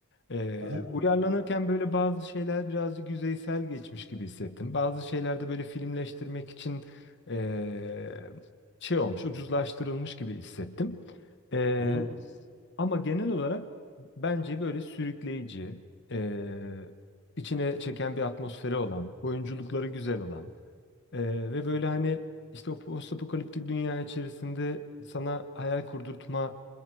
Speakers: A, on the left (about 55°); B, on the right (about 75°).
A: Ee,
B: Aha.
A: uyarlanırken böyle bazı şeyler birazcık yüzeysel geçmiş gibi hissettim. Bazı şeyler de böyle filmleştirmek için e, şey olmuş, ucuzlaştırılmış gibi hissettim. Ee,
B: Hı hı.
A: ama genel olarak bence böyle sürükleyici, eee, içine çeken bir atmosferi olan, oyunculukları güzel olan eee, ve böyle hani işte o postapokaliptik dünya içerisinde sana hayal kurdurtma